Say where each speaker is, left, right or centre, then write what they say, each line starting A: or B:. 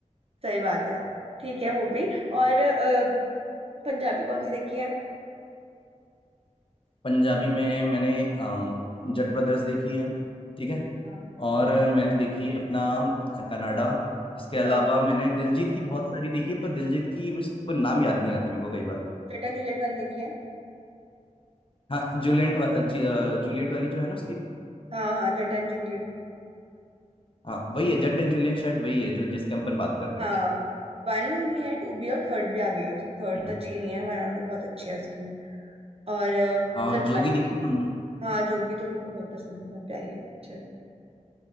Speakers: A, on the right; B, on the left.
A: सही बात है ठीक है वो भी और अ, पंजाबी कौन सी देखी है
B: पंजाबी में मैंने अम, जट ब्रदर्स देखी है ठीक है
A: हाँ
B: और मैंने देखी है अपना कनाडा इसके अलावा
A: हाँ वो
B: मैंने
A: भी।
B: दिलजीत की बहुत सारी देखी है पर दिलजीत की उस पर नाम याद नहीं आते मेरे को कई बार
A: जटन जूलियट वन देखी है
B: हाँ जूलेंट वा, जी, अ, जूलियट वाली जो है ना उसकी
A: हाँ हाँ जटन जूलियट
B: हाँ वही है जट एंड जूलियन शायद वही है जो जिसके हम अपन बात कर रहे
A: हाँ
B: थे
A: वन भी है टू भी और थर्ड भी आ गई है उसकी थर्ड
B: हम्म।
A: तो अच्छी नहीं है वन और टू बहुत अच्छी है उसकी और अ,
B: आ,
A: सरदार
B: जोगी देखी तुमने
A: हाँ जोगी तो मेरे को बहुत पसंद है बहुत प्यारी है वो पिक्चर